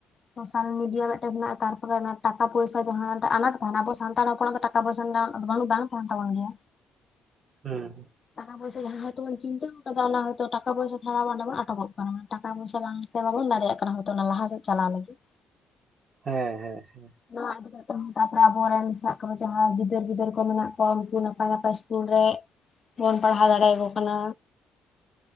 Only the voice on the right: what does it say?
ᱦᱩᱸ᱾
ᱦᱮᱸ ᱦᱮᱸ ᱦᱮᱸ᱾